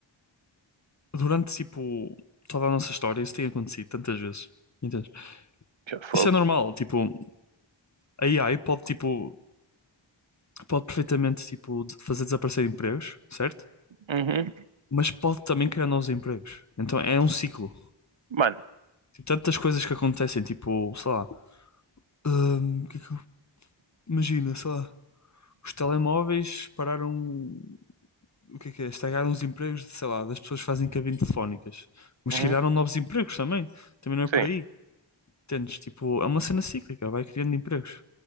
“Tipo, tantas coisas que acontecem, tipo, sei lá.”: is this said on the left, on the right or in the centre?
Left